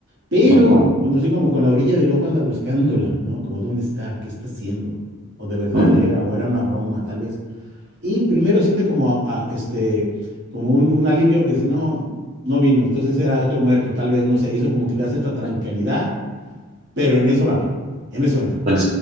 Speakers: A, on the right (about 50°); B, on the right (about 30°).
A: pero
B: Ujú,
A: con- así como con la orilla del ojo anda buscándola, ¿no? Como dónde está, qué está haciendo, o de verdad
B: ujú.
A: era, o era una broma, tal vez. Y primero siente como, a- este, como un, un alivio que dice, no, no vino, entonces era otro muerto, tal vez, no sé, hizo como que le da cierta tranquilidad, pero en eso la ve, en eso entra.
B: Bueno,